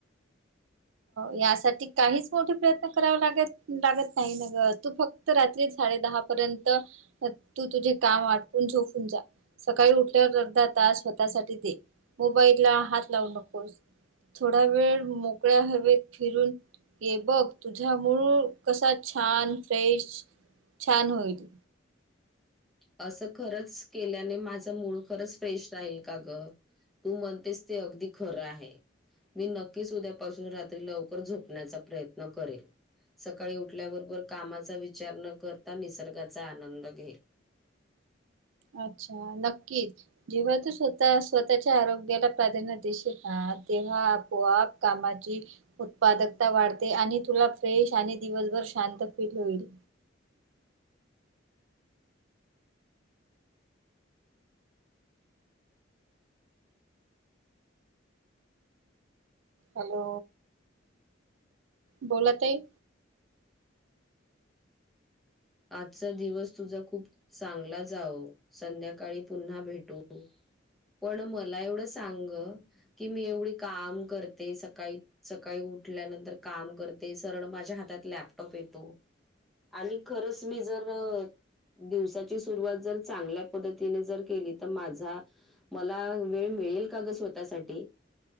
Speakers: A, on the right; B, in the centre.
A: यासाठी काहीच मोठे प्रयत्न करावे लागत लागत नाही न ग तू फक्त रात्री साडे दहा पर्यंत तू तुझे काम आटपून झोपून जा सकाळी उठल्यावर अर्धा तास स्वतःसाठी दे मोबाईल ला हात लावू नकोस थोडा वेळ मोकळा ह फरून ये बघ तुझा मूळ कसा छान फ्रेश छान होईल
B: असं खरंच केल्याने माझं मूळ खरंच फ्रेश राहील का ग तू म्हणतेस ते अगदी खरं आहे मी नक्कीच उद्यापासून रात्री लवकर झोपण्याचा प्रयत्न करेल सकाळी उठल्याबरोबर कामाचा विचार न करता निसर्गाचा आनंद घेईल
A: अच्छा नक्कीच जेव्हा तू स्वतः स्वतःच्या आरोग्याला प्राधान्य दिशील ना तेव्हा आपोआप कामाची उत्पादकता वाढते आणि तुला फ्रेश आणि दिवसभर शांत फील होईल हॅलो बोलत आहे
B: आजचा दिवस तुझा खूप चांगला जाव संध्याकाळी पुन्हा भेटू पण मला एवढं सांग की मी एवढी काम करते सकाळी सकाळी उठल्यानंतर काम करते सरळ माझ्या हातात लॅपटॉप येतो आणि खरंच मी जर दिवसाची सुरुवात जर चांगल्या पद्धतीने जर केली तर माझा मला वेळ मिळेल काग स्वतःसाठी